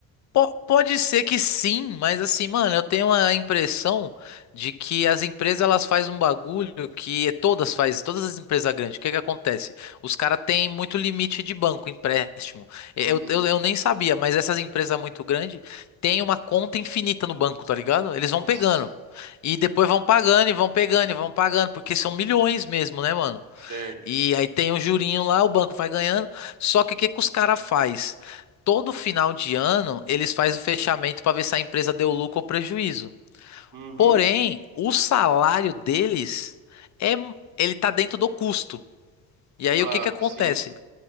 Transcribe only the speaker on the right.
Uhum.
Nossa,
certo.
Uhum.
Claro,
sim.